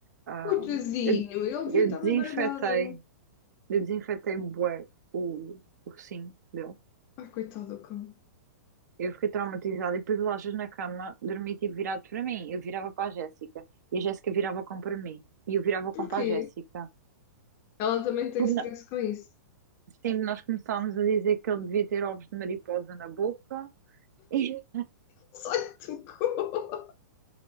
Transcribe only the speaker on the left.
Coitadinho,
ele devia
estar
bem baralhado.
Ai, coitado do cão.
Porquê?
Ela também tem
stress
com isso.
<laughs> Só lhe tocou.